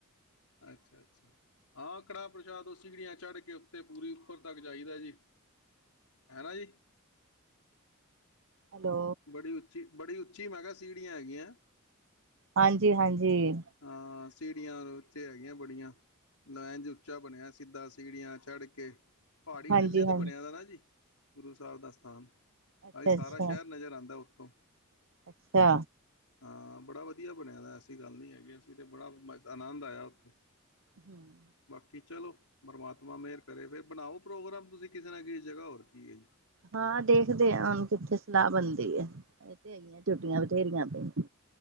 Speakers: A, on the left; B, on the right.
A: ਅੱਛਾ, ਅੱਛਾ ਹਾਂ, ਕੜਾਹ ਪ੍ਰਸ਼ਾਦ ਓ ਸਿੜੀਆਂ ਚੜ੍ਹ ਕੇ, ਉੱਤੇ ਪੂਰੀ ਉੱਪਰ ਤੱਕ ਜਾਈਦਾ ਜੀ, ਹੈ ਨਾ ਜੀ।
B: ਹੈਲੋ
A: ਬੜੀ ਉੱਚੀ? ਬੜੀ ਉੱਚੀ ਮੈਂ ਕਿਹਾ, ਸੀੜੀਆਂ ਹੈਗੀਆਂ।
B: ਹਾਂਜੀ, ਹਾਂਜੀ।
A: ਹਾਂ ਸੀੜੀਆਂ ਉੇ ਹੈਗੀਆਂ, ਬੜੀਆਂ ਲਾਈਨਜ ਉੱਚਾ ਬਣਿਆ ਸਿੱਧਾ ਸੀੜੀਆਂ ਚੜ ਕੇ। ਪਹਾੜੀ
B: ਹਾਂਜੀ
A: ਟਿੱਲੇ ਤੇ
B: ਹਾਂਜੀ
A: ਬਣਿਆ ਦਾ ਨਾ ਜੀ ਗੁਰੂ ਸਾਹਿਬ ਦਾ ਸਥਾਨ।
B: ਅੱਛਾ,
A: ਭਾਈ ਸਾਰਾ
B: ਅੱਛਾ।
A: ਸ਼ਹਿਰ ਨਜ਼ਰ ਆਂਦੈ ਉੱਤੋਂ।
B: ਅੱਛਾ।
A: ਹਾਂ ਬੜਾ ਵਧੀਆ ਬਣਿਆ, ਐਸੀ ਗੱਲ ਨਹੀਂ ਹੈਗੀ ਅਸੀਂ, ਅਤੇ ਬੜਾ ਆਨੰਦ ਆਇਆ ਉੱਥੇ।
B: ਹਮ <inaudible>
A: ਕਿ ਚਲੋ, ਪਰਮਾਤਮਾ ਮਿਹਰ ਕਰੇ, ਫੇਰ ਬਣਾਓ ਪ੍ਰੋਗਰਾਮ ਤੁਸੀਂ ਕਿਸੇ ਨਾਲ, ਕਿਸ ਜਗ੍ਹਾ ਹੋਰ ਕੀ ਹੈ ਜੀ।
B: ਹਾਂ ਦੇਖਦੇ ਆਂ, ਹੁਣ ਕਿੱਥੇ ਸਲਾਹ ਬਨਦੀ ਐ, ਇਹ ਤੇ ਹੈਈ ਛੁੱਟੀਆਂ ਬਥੇਰੀਆਂ ਪਈਆਂ।